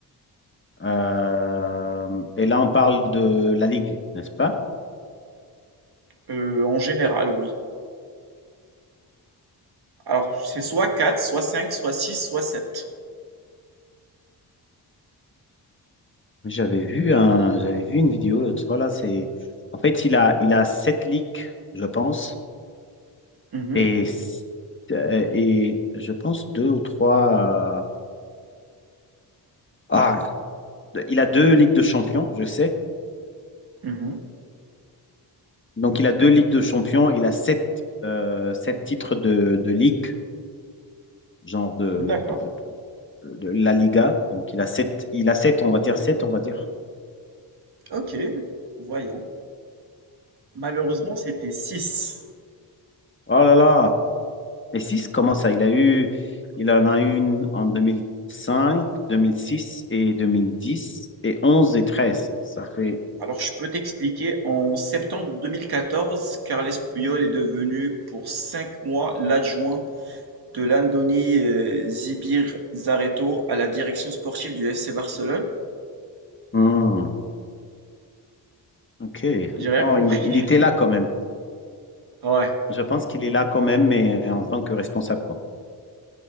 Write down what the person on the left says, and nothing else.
Euh, et là, on parle de la Ligue, n'est-ce pas?
J'avais vu un, j'avais vu une vidéo l'autre fois là, c'est en fait il a il a sept ligues, je pense,
et s- euh, et je pense deux ou trois. euh, Ah, il a deux ligues de champions, je sais.
Donc il a deux ligues de champions, il a sept euh, sept titres de de ligue, genre de
de de- de la Liga. Donc il a sept, il a sept, on va dire sept, on va dire.
Oh là là. Mais 6 comment ça? Il a eu, il en a eu une en deux deux mille cinq deux mille six et 2010 et 11 et treize Ça fait.
Hmm, ok.
Oh,
il, il était
là quand même.
Je pense qu'il est là quand même, mais euh, en tant que responsable, quoi.